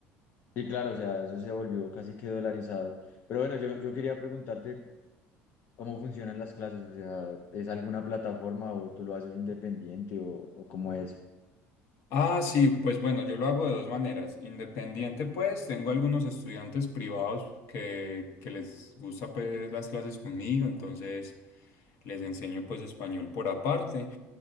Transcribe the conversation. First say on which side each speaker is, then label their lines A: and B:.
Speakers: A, on the left; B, on the left.
A: Sí, claro, o sea, eso se volvió casi que dolarizado. Pero bueno, yo, yo quería preguntarte cómo funcionan las clases, o sea, ¿es alguna plataforma o tú lo haces independiente o, o cómo es?
B: Ah, sí, pues bueno, yo lo hago de dos maneras. Independiente, pues, tengo algunos estudiantes privados que, que les gusta pues las clases conmigo, entonces les enseño pues español por aparte,